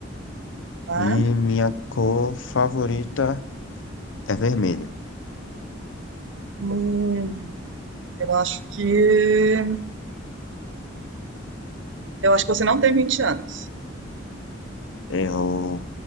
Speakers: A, on the right; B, on the left.
A: Tá.
B: e minha cor favorita é vermelho.
A: Hum, eu acho que. Eu acho que você não tem 20 anos.
B: Errou.